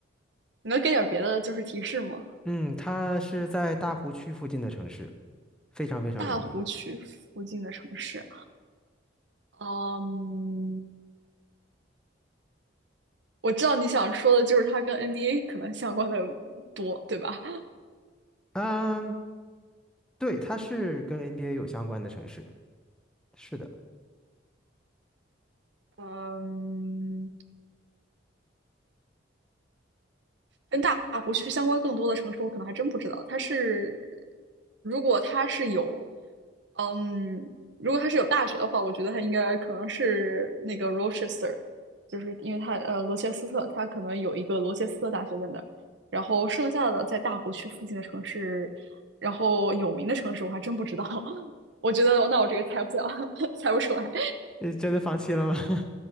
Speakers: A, on the right (about 65°); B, in the centre.
A: 你能给点儿别的就是提示吗？
B: 嗯，它是在大湖区附近的城市，非常非常有名。
A: 大湖区附近的城市。嗯，我知道你想说的就是它跟 NBA 可能相关的多，对吧？
B: 嗯，对，它是跟 NBA 有相关的城市，是的。
A: 嗯，跟大湖区相关更多的城市，我可能还真不知道。它是，如果它是有，嗯，如果它是有大学的话，我觉得它应该可能是那个 Rochester，就是因为它呃罗切斯特，它可能有一个罗切斯特大学在那儿。然后剩下的在大湖区附近的城市，然后有名的城市我还真不知道。<laughs> 我觉得那我这个猜不下，<laughs> 猜不出来。
B: 你真的放弃了吗？